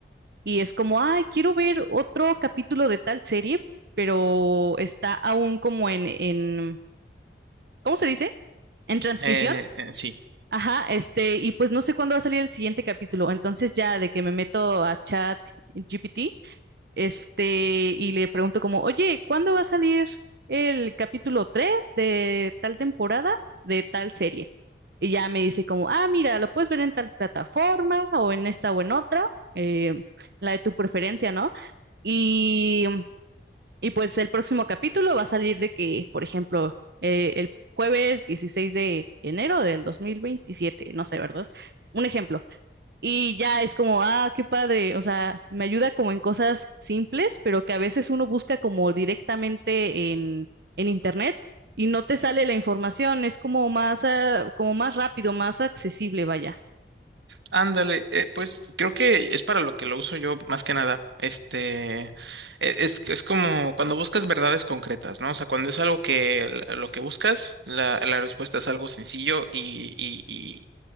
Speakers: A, on the right; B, on the right.
A: y es como, ay, quiero ver otro capítulo de tal serie, pero está aún como en, en, ¿cómo se dice? En transmisión.
B: Eh, eh, sí.
A: Ajá, este, y pues no sé cuándo va a salir el siguiente capítulo. Entonces ya de que me meto a chat GPT Este, y le pregunto como, oye, ¿cuándo va a salir el capítulo 3 de tal temporada de tal serie? Y ya me dice como, ah, mira, lo puedes ver en tal plataforma o en esta o en otra, eh, la de tu preferencia, ¿no? Y, y pues el próximo capítulo va a salir de que, por ejemplo, eh, el jueves dieciséis de enero del dos mil veintisiete no sé, ¿verdad? Un ejemplo. Y ya es como, ah, qué padre. O sea, me ayuda como en cosas simples, pero que a veces uno busca como directamente en, en internet y no te sale la información. Es como más, ah, como más rápido, más accesible, vaya.
B: Ándale, eh, pues creo que es para lo que lo uso yo más que nada. Este, e- es, es como cuando buscas verdades concretas, ¿no? O sea, cuando es algo que la- lo que buscas, la, la respuesta es algo sencillo y,